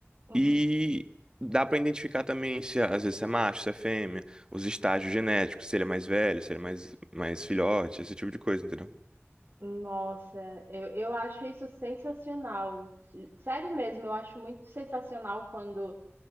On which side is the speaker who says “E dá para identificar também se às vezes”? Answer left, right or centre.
Right